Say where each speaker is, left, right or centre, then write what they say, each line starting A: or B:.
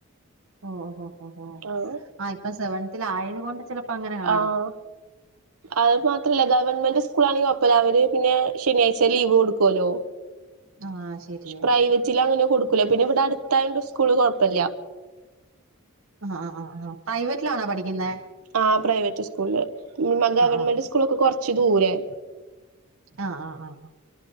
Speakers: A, on the right; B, on the right.
A: ഓ ഓ ഓ ഹ
B: ആഹ്
A: ഇപ്പൊ സെവനത്തിൽ ആയത് കൊണ്ട് ചിലപ്പോ അങ്ങനെ.. കാണും
B: ആഹ് അഹ് മാത്രല്ല ഗവൺമെന്റ് സ്കൂൾ ആണെങ്കിൽ <unintelligible> പിന്നെ ശനിയാഴ്ച ലീവ് കൊടുക്കുവല്ലോ
A: ആഹ് ശരിയാ
B: പ്രൈവറ്റില് അങ്ങനെ കൊടുക്കൂല പിന്നെ ഇവിടെ അടുത്തായോണ്ട് സ്കൂള് കോഴപ്പല്ല
A: ആഹ് ആഹ് ആഹ് പ്രൈവറ്റിലാണോ പഠിക്കുന്നെ
B: ആഹ് പ്രൈവറ്റ് സ്കൂളില് ഗവൺമെന്റ്
A: ആഹ്
B: സ്കൂളൊക്കെ കൊറച്ച് ദൂരെയാ
A: ആഹ് ആഹ് ആഹ്